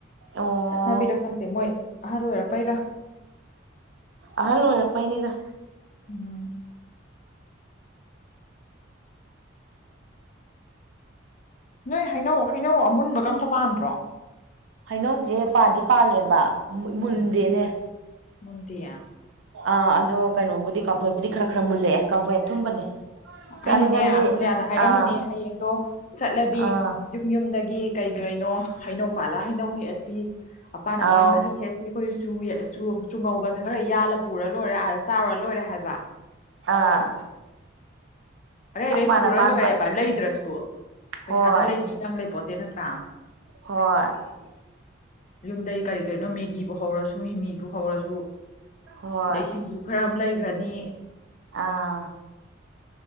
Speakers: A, on the right; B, on the left.
A: ꯑꯣ
B: ꯆꯠꯅꯕꯤꯔ ꯈꯪꯗꯦ ꯃꯣꯏ ꯑꯍꯜ ꯑꯣꯏꯔꯄꯩꯔꯥ
A: ꯑꯍꯜ ꯑꯣꯏꯔꯛꯄꯩꯅꯤꯗ
B: ꯎꯝ ꯅꯣꯏ ꯍꯩꯅꯧ ꯍꯩꯅꯧ ꯑꯃꯨꯟꯕꯀ ꯑꯝꯇ ꯄꯥꯟꯗ꯭ꯔꯣ
A: ꯍꯩꯅꯧꯁꯦ ꯄꯥꯟꯗꯤ ꯄꯥꯜꯂꯦꯕ ꯃꯨꯟꯗꯦꯅꯦ
B: ꯎꯝ ꯃꯨꯟꯗꯦꯌꯦ
A: ꯑꯥ ꯑꯗꯣ ꯀꯩꯅꯣꯕꯨꯗꯤ ꯀꯥꯝꯐꯣꯏꯕꯨꯗꯤ ꯈꯔ ꯈꯔ ꯃꯨꯜꯂꯛꯑꯦ ꯀꯥꯝꯐꯣꯏ ꯑꯊꯨꯝꯕꯅꯦ ꯆꯥꯅꯤꯡꯉꯗꯤ
B: ꯑꯩꯅꯅꯦ ꯑꯃꯨꯂꯤꯌꯥꯗ ꯍꯥꯏꯔꯝꯃꯤꯅꯦ
A: ꯑꯥ
B: ꯍꯌꯦꯡꯗꯣ ꯆꯠꯂꯗꯤ
A: ꯑꯥ
B: ꯌꯨꯝ ꯌꯨꯝ ꯗꯒꯤ ꯀꯩꯒꯩꯅꯣ ꯍꯩꯅꯧ ꯄꯥꯜꯂ ꯍꯩꯅꯧ ꯍꯦꯛꯑꯁꯤ ꯑꯄꯥꯟ ꯑꯄꯥꯟꯕ
A: ꯑꯥꯎ
B: ꯍꯩ ꯍꯦꯛꯑꯁꯤ ꯑꯩꯈꯣꯏ ꯆꯨ ꯆꯨ ꯆꯨꯉꯧꯒꯁꯦ ꯈꯔ ꯌꯥꯜꯂ ꯄꯨꯔ ꯂꯣꯏꯔꯦ ꯑꯗ ꯆꯥꯎꯔ ꯂꯣꯏꯔꯦ ꯍꯥꯏꯕ
A: ꯑꯥ
B: ꯑꯔꯩ ꯑꯔꯩ
A: ꯑꯄꯥꯟ
B: ꯄꯨꯔ
A: ꯑꯄꯥꯟꯕ
B: ꯂꯣꯏꯔꯦꯕ ꯂꯩꯗ꯭ꯔꯁꯨ ꯄꯩꯁꯥꯅ
A: ꯍꯣꯏ
B: ꯂꯩꯅꯤꯗꯪ ꯂꯩ ꯄꯣꯠꯇꯦ ꯅꯠꯇ꯭ꯔꯥ
A: ꯍꯣꯏ
B: ꯌꯨꯝꯗꯩ ꯀꯔꯤ ꯀꯔꯤꯅꯣ ꯃꯦꯒꯤꯕꯨ ꯍꯧꯔꯁꯨ ꯃꯤꯃꯤ ꯍꯧꯔꯁꯨ
A: ꯍꯣꯏ
B: ꯑꯗꯩ ꯁꯤꯡꯖꯨ ꯈꯔ ꯑꯃ ꯂꯩꯈ꯭ꯔꯅꯤ
A: ꯑꯥ